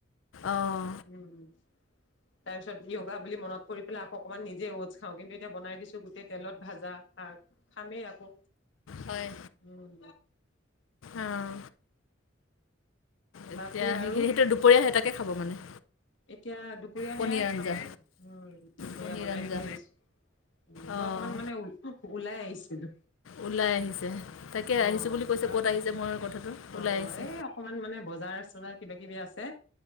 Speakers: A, on the left; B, on the left.
A: অঁ
B: উম। তাৰপিছত কিবা বুলি মনত পৰিপেলাই আকৌ অকণমান নিজে অ'টচ খাওঁ কিন্তু এতিয়া বনাই দিছো গোটেই তেলত ভাজা। খামেই আকৌ।
A: হয়
B: উম
A: অঁ এতিয়া
B: বাকী আৰু
A: সেইখিনি সেইটো দুপৰীয়া সেইতাকে খাব মানে
B: এ এতিয়া দুপৰীয়া
A: পনীৰ
B: সেয়াই খাম
A: আঞ্জা
B: আৰু। উম। দুপৰীয়া
A: পনীৰ
B: বনাই
A: আঞ্জা
B: থৈ আহিছো। উম।
A: অঁ
B: মই অকমান মানে ওলাই আহিছিলো।
A: ওলাই আহিছে তাকে
B: অ।
A: আহিছোঁ বুলি কৈছে ক'ত
B: অলপ।
A: আহিছে মই কথাটো ওলাই
B: অ'
A: আহিছে
B: এই অকমান মানে বজাৰ-চজাৰ কিবা-কিবি আছে।